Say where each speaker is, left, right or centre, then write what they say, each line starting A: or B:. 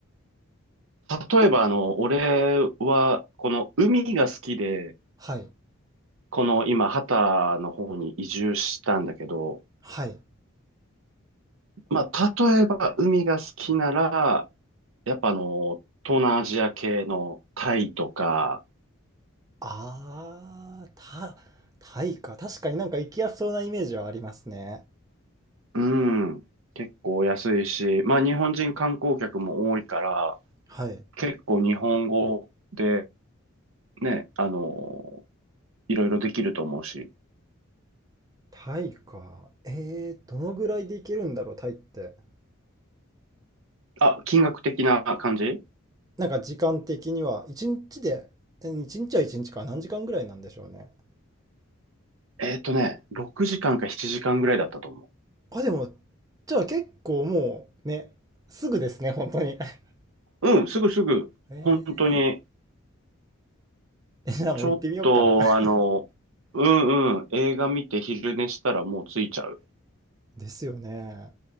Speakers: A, on the right; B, on the right.
A: 例えばあの、俺はこの海が好きで、
B: はい。
A: この今、ハタの方に移住したんだけど、
B: はい。
A: まあ、例えば海が好きなら、やっぱあの、東南アジア系のタイとか、
B: ああ、た、タイか。確かになんか行きやすそうなイメージはありますね。
A: うん、結構安いし、まあ日本人観光客も多いから、
B: はい。
A: 結構日本語でね、あの、いろいろできると思うし。
B: タイか。えー、どのぐらいで行けるんだろう、タイって。
A: あ、金額的な感じ
B: なんか時間的には、1日で、え1日は1日か、何時間ぐらいなんでしょうね。
A: えーっとね、6時間か7時間ぐらいだったと思
B: あ、でも、じゃあ結構もう、ね、すぐですね、本当に。<laughs>
A: う。うん、すぐすぐ、
B: え
A: 本当に、
B: ー、え、じゃあもう行ってみようかな。
A: ちょっと、
B: <laughs>
A: あの、うんうん、映画見て昼寝したらもう着いちゃう。
B: ですよね。